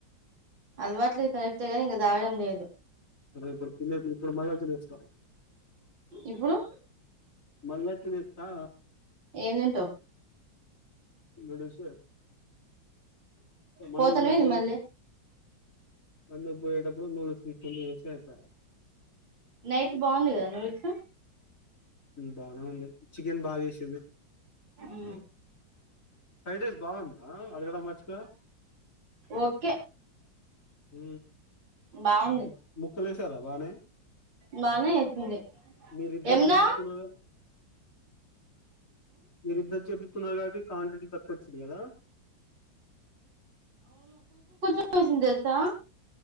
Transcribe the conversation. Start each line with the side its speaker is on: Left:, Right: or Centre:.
Right: అలవాట్లేది కరెక్ట కానీ ఇంక దాగడం లేదు
Left: అదే పడు ఇప్పుడు మనతుస్తకోం
Right: ఇప్పుడు
Left: మల్కిస్తా
Right: ఏం తింటావు
Left: ఇ మందుబంట
Right: పోతానే ఏంది మళ్ళీ
Left: వందు పోయిటప్పుడు నూలుకన్న వసాత
Right: నైతే బాగుంది కదా నువడుత
Left: బానే ఉంది చికెన్ బాగా చేసింది
Right: ఉ
Left: అే బాగుంంది ఆ అడగడ మచగా
Right: ఓకే
Left: అ
Right: బాగుంది
Left: ము ము క్కలేసారా బాగానే
Right: బానే వసింది
Left: మీరిద్దరు
Right: ఎమనా
Left: చేపించుకున్నారు మీరిద్దరు చెపిస్తున్నారు కాబట్టి క్వాంటిటీ తక్కువ వచ్చింది కదా
Right: వసి తెలుసా